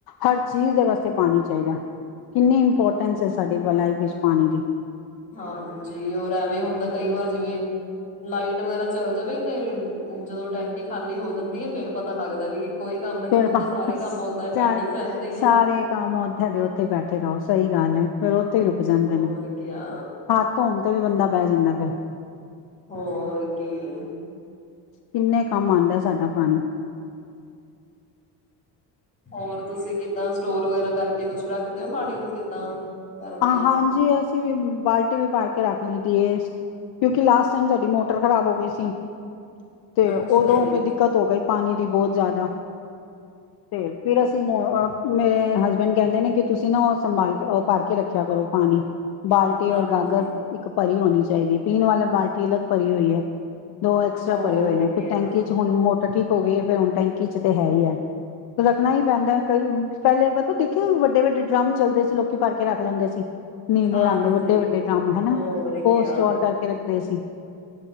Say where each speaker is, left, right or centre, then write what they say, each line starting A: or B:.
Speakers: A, on the left; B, on the left.
A: ਹਰ ਚੀਜ਼ ਦੇ ਵਾਸਤੇ ਪਾਣੀ ਚਾਈਦਾ। ਕਿੰਨੀ ਇੰਪੋਰਟੈਂਸ ਐ ਸਾਡੀ ਵ-ਲਾਈਫ ਚ ਪਾਣੀ ਦੀ।
B: ਹਾਂਜੀ, ਔਰ ਐਵੇਂ ਹੁੰਦਾ ਕਈ ਵਾਰ ਜਿਵੇਂ ਲਾਈਟ ਵਗੈਰਾ ਚੱਲ ਜਾਵੇ ਤੇ ਜਦੋਂ ਟੈਂਕੀ ਖਾਲੀ ਹੋ ਜਾਂਦੀ ਐ, ਫੇਰ ਪਤਾ ਲੱਗਦਾ ਵੀ ਕੋਈ ਕੰਮ ਨੀ
A: ਫਿਰ
B: ਹੁੰਦਾ
A: ਬਸ।
B: ਸਾਰੇ ਕੰਮ ਓਦਾਂ ਹੀ ਪੈਂਡਿੰਗ
A: ਸ-ਸਾਰੇ
B: ਰਹਿੰਦੇ ਆ
A: ਕੰਮ ਓਥੇ ਦੇ ਉੱਥੇ ਬੈਠੇ ਰਹੋ। ਸਹੀ ਗੱਲ ਐ। ਫੇਰ ਉੱਥੇ ਹੀ ਰੁਕ ਜਾਂਦੇ
B: ਹੋਰ
A: ਨੇ।
B: ਕਿਆ
A: ਹੱਥ ਧੋਣ ਤੋਂ ਵੀ ਬੰਦਾ ਪੈ ਜਾਂਦਾ ਹੈ ਫੇਰ
B: ਹੋਰ ਕੀ।
A: ਕਿੰਨੇ ਕੰਮ ਆਂਦਾ ਐ ਸਾਡਾ ਪਾਣੀ।
B: ਹੋਰ ਤੁਸੀਂ ਕਿੱਦਾਂ ਸਟੋਰ ਵਗੈਰਾ ਕਰਕ ਕੇ ਕੁੱਛ ਰੱਖਦੇ ਹੋ, ਪਾਣੀ ਨੂੰ ਕਿੱਦਾਂ ਕਰਦੇ
A: ਹਾਂ-ਹਾਂਜੀ,
B: ਹੋ
A: ਅਸੀਂ ਵੀ ਬਾਲਟੀ ਵੀ ਭਰ ਕੇ ਰੱਖ ਲਈ ਦੀ ਐ। ਸ ਕਿਉਂਕਿ ਲਾਸਟ ਟਾਈਮ ਸਾਡੀ ਮੋਟਰ ਖ਼ਰਾਬ ਹੋ ਗਈ ਸੀ। ਤੇ
B: ਅੱਛਾ
A: ਉਦੋਂ
B: ਜੀ
A: ਫੇ ਦਿੱਕਤ ਹੋ ਗਈ। ਪਾਣੀ ਦੀ ਬਹੁਤ ਜ਼ਿਆਦਾ ਤੇ, ਫਿਰ ਅਸੀਂ ਅ ਮ ਮੇਰੇ ਹਸਬੈਂਡ ਕਹਿੰਦੇ ਨੇ ਕਿ ਤੁਸੀਂ ਨਾ ਸਮਾਨ ਅ ਭਰ ਕੇ ਰੱਖਿਆ ਕਰੋ ਪਾਣੀ, ਬਾਲਟੀ
B: ਹਾਂਜੀ
A: ਔਰ ਗਾਗਰ ਇੱਕ ਭਰੀ ਹੋਣੀ ਚਾਹੀਦੀ ਪੀਣ ਵਾਲੀ ਬਾਲਟੀ ਅਲੱਗ ਭਰੀ ਹੋਈ ਹੈ। ਦੋ ਐਕਸਟਰਾ
B: ਹੋਰ
A: ਭਰੇ ਹੋਏ ਨੇ
B: ਕਿਆ
A: ਫਿਰ ਟੈਂਕੀ ਚ ਹੁਣ ਮੋਟਰ ਠੀਕ ਹੋ ਗਈ ਹੈ। ਹੁਣ ਟੈਂਕੀ ਚ ਤੇ ਹੈ ਹੀ ਹੈ, ਰੱਖਣਾ ਹੀ ਪੈਂਦਾ ਕਈ ਪਹਿਲੇ ਮਤਲਬ ਦੇਖੇ ਵੱਡੇ ਵੱਡੇ ਡਰੰਮ ਚੱਲਦੇ ਸੀ ਲੋਕੀ ਭਰ ਕੇ ਰੱਖ ਲੈਂਦੇ ਸੀ। ਨੀਲੇ
B: ਹਾਂਜੀ
A: ਰੰਗ ਵੱਡੇ ਵੱਡੇ ਡਰੰਮ ਹਨਾ
B: ਹੋਰ
A: ਉਹ
B: ਕਿਆ
A: ਸਟੋਰ ਕਰਕੇ ਰੱਖਦੇ ਸੀ।